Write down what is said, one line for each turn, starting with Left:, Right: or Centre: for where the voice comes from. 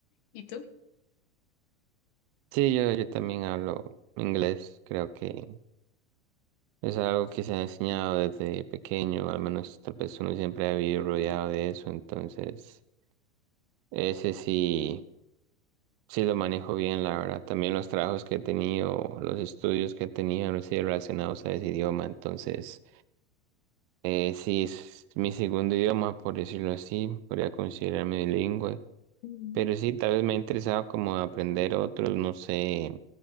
Left: ¿Y tú?
Right: Sí, yo, yo también hablo inglés, creo que es algo que se ha enseñado desde pequeño, al menos tal vez uno siempre ha vivido rodeado de eso, entonces ese sí, sí lo manejo bien, la verdad. También los trabajos que he tenido, los estudios que he tenido han sido relacionados a ese idioma, entonces eh, sí es mi segundo idioma, por decirlo así, podría considerarme bilingüe.
Left: Mm.
Right: Pero sí, tal vez me ha interesado como aprender otros, no sé